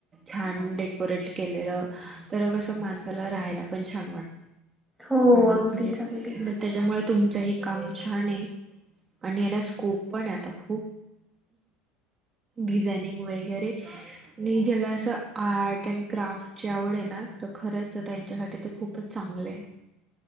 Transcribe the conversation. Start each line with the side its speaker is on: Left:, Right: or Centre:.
Right: छान डेकोरेट केलेलं तर कसं माणसाला राहायला पण छान वाट
Centre: हो
Right: आणि
Centre: अगदीच
Right: म्हणजे
Centre: अगदीच
Right: म त्याच्यामुळ तुमचं हे काम छान आहे. आणि याला स्कोप पण आहे आता खूप डिझायनिंग वगैरे. आणि ज्याला असं आर्ट अँड क्राफ्ट ची आवड आहे ना, तर खरंच त्यांच्यासाठी त खूपच चांगले आहे